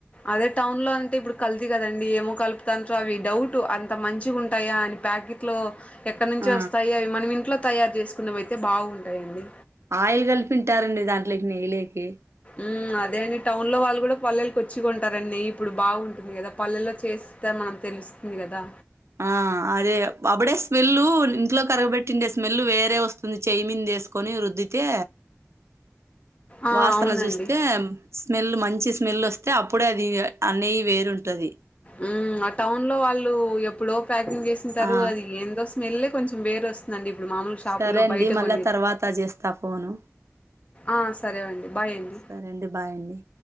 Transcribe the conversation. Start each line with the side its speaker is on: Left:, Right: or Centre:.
Left: అదే టౌన్లో అంటే ఇప్పుడు కల్తీ గదండి ఏమో కలుపు తంత్ర అవి డౌట్ అంత మంచిగా ఉంటాయా అని ప్యాకిట్ లో ఎక్కడ నుంచో
Right: ఆ
Left: ఒస్తాయి అవి మనం ఇంట్లో తయారు జేసుకున్నవయితే బావుంటాయండి
Right: ఆయిల్ కలిపింటారండి దాంట్లోకి నెయ్యిలోకి
Left: ఊహ్ అదే అండి టౌన్ లో వాళ్ళు గుడ పల్లెలుకి వచ్చి గొంటారండీ. ఇప్పుడు బాగుంటుంది గద పల్లెలో చేసి తే మనం తెలుస్తుంది కదా
Right: ఆ అదే అప్పుడే స్మెల్ ఇంట్లో కరగబెట్టిండే స్మెల్ వేరే వస్తుంది చేయమింది ఏసు కొని రుద్దితే
Left: ఆ
Right: వాసన
Left: అవునండి
Right: చూస్తే స్మెల్ మంచి స్మెల్ వస్తే అప్పుడే అది అనెయ్యి వేరుంటది
Left: ఉమ్ ఆ టౌన్ లో వాళ్ళు ఎప్పుడో ప్యాకింగ్ చేసుంటారు
Right: ఆ
Left: అది ఎందో స్మెల్లే కొంచెం వేరు వస్ నండి ఇప్పుడు మామూలు షాపుల్లో
Right: సరే అండి
Left: బయట
Right: మళ్ళా
Left: కొన్ని
Right: తర్వాత చేస్తా ఫోను
Left: ఆ సరే అండి బాయ్ అండి
Right: సరే అండి బాయ్ అండి